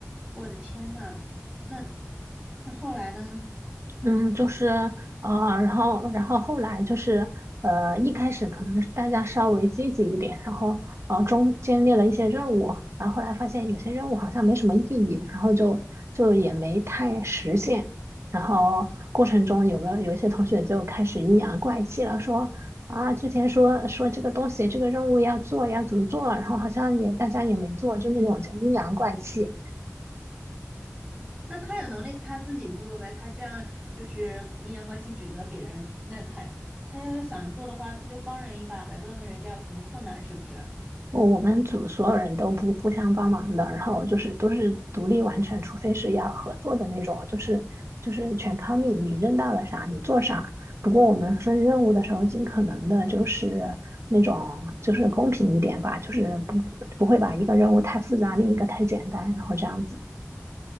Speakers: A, on the right (about 20°); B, on the right (about 55°).
A: 我的天呐，那那后来呢？
B: 嗯，就是呃，然后然后后来就是呃，一开始可能是大家稍微积极一点，然后呃中间列了一些任务，然后后来发现有些任务好像没什么意义，然后就就也没太实现。然后过程中有个有一些同学就开始阴阳怪气了，说啊之前说说这个东西这个任务要做要怎么做，然后好像也大家也没做，就那种叫阴阳怪气。
A: 那他有能力他自己做呗，他这样就是阴阳怪气指责别人，那他他要是想做的话，他就帮人一把呗，问问人家有什么困难是不是？
B: 我们组所有人都不互相帮忙的，然后就是都是独立完成，除非是要合作的那种，就是就是全靠你，你扔到了啥你做啥。不过我们分任务的时候，尽可能的就是那种就是公平一点吧，就是不不会把一个任务太复杂，另一个太简单，然后这样子。